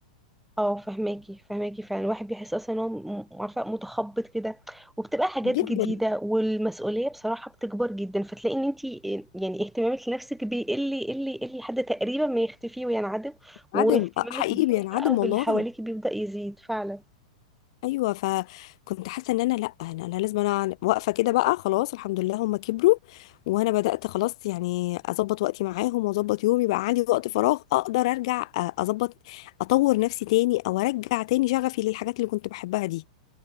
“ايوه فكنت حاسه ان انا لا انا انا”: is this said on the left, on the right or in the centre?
Left